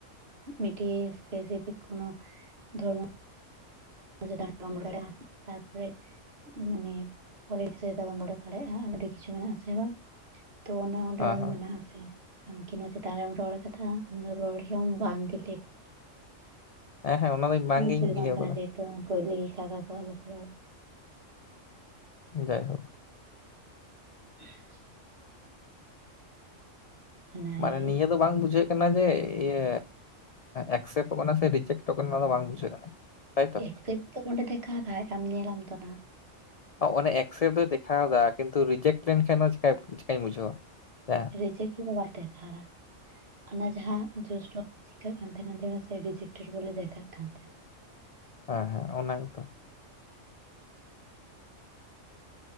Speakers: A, on the right; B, on the left.
A: ᱢᱤᱴᱤᱡ ᱥᱯᱮᱥᱯᱷᱤᱠ ᱠᱚᱱᱚ ᱫᱷᱚᱨᱢᱚ <unintelligible> ᱛᱟᱨᱯᱚᱨᱮ ᱢᱟᱱᱮ ᱠᱚᱞᱮᱡᱽ ᱵᱟᱢ ᱳᱰᱚᱠ ᱫᱟᱲᱮᱜ-ᱟ ᱟᱨ ᱟᱹᱰᱤ ᱠᱤᱪᱷᱩ ᱢᱮᱱᱟᱜᱼᱟ ᱟᱥᱮ ᱵᱟᱝ? ᱛᱚ ᱚᱱᱟ ᱚᱸᱰᱮ
B: ᱦᱮᱸ
A: ᱚᱞ
B: ᱦᱮᱸ
A: ᱢᱮᱱᱟᱜ ᱟᱥᱮ ᱟᱢ ᱠᱤᱱ ᱱᱚᱣᱟ ᱪᱮᱛᱟᱱ ᱨᱮᱢ ᱨᱚᱲ ᱠᱟᱫᱟ ᱟᱢᱫᱚ ᱨᱚᱲ ᱨᱮᱦᱚᱸ ᱵᱟᱝ ᱜᱮ ᱞᱟᱹᱭ ᱢᱮ᱾
B: ᱦᱮᱸ ᱦᱮᱸ ᱚᱱᱟ ᱫᱚ ᱵᱟᱝᱜᱤᱧ
A: ᱪᱮᱫ ᱵᱟᱝ
B: ᱤᱭᱟᱹ
A: ᱠᱟᱱᱟ
B: ᱠᱟᱫᱟ
A: ᱡᱮᱦᱩᱛᱩ <unintelligible> ᱟᱞᱮ ᱯᱮ ᱨᱚᱲᱟ
B: ᱡᱟᱭᱦᱳᱠ
A: <inaudible> ᱚᱱᱟᱜᱮ
B: ᱢᱟᱱᱮ ᱱᱤᱭᱟᱹ ᱫᱚ ᱵᱟᱝ ᱵᱩᱡᱷᱟᱹᱜ ᱠᱟᱱᱟ ᱡᱮ ᱤᱭᱟᱹ ᱮᱠᱥᱮᱯᱴᱚᱜ ᱠᱟᱱᱟ ᱥᱮ ᱨᱤᱡᱮᱠᱴᱚᱜ ᱠᱟᱱᱟ ᱚᱱᱟ ᱫᱚ ᱵᱟᱝ ᱵᱩᱡᱷᱟᱹᱜ ᱠᱟᱱᱟ᱾ ᱛᱟᱭᱛᱚ?
A: ᱮᱠᱥᱮᱯᱴ ᱫᱚ ᱚᱹᱰᱮ ᱫᱮᱠᱷᱟᱣ ᱫᱟᱭ ᱟᱢ ᱧᱮᱞᱟᱢ ᱛᱚ ᱱᱟᱦᱟᱜ
B: ᱚᱱᱮ ᱮᱠᱥᱮᱯᱴ ᱫᱚᱭ ᱫᱮᱠᱷᱟᱣ ᱫᱟ ᱠᱤᱱᱛᱩ ᱨᱤᱡᱮᱴ ᱞᱮᱱᱠᱷᱟᱱ ᱱᱚᱣᱟ ᱪᱤᱠᱟᱹ ᱪᱤᱠᱟᱹᱧ ᱵᱩᱡᱷᱟᱹᱣᱟ? ᱦᱮᱸ
A: ᱨᱤᱡᱮᱠᱴ ᱫᱚ ᱵᱟᱭ ᱫᱮᱠᱷᱟᱣ ᱫᱟ ᱚᱱᱟ ᱡᱟᱦᱟᱸ ᱡᱳᱥᱴᱚ ᱫᱮᱠᱟᱜ ᱠᱟᱱ ᱛᱟᱦᱮᱱᱟ ᱞᱟᱸᱭ ᱢᱮᱥᱮ ᱨᱤᱡᱮᱠᱴᱮᱴ ᱵᱚᱞᱮ ᱫᱮᱠᱷᱟᱜ ᱠᱟᱱ ᱛᱟᱦᱮᱸᱱ᱾
B: ᱦᱮᱸ ᱦᱮᱸ ᱚᱱᱟ ᱜᱮᱛᱚ᱾